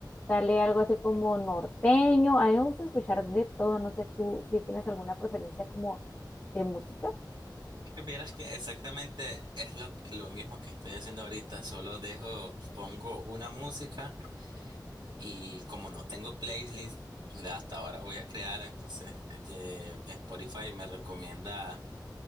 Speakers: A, on the left; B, on the right.
A: sale algo así como norteño. A mí me gusta escuchar de todo, no sé tú si tienes alguna preferencia como de música.
B: Que vieras que exactamente es lo, que- lo mismo que estoy haciendo ahorita, solo dejo, pongo una música y como no tengo playlist, la hasta ahora voy a crear, entonces eh, Spotify me recomienda.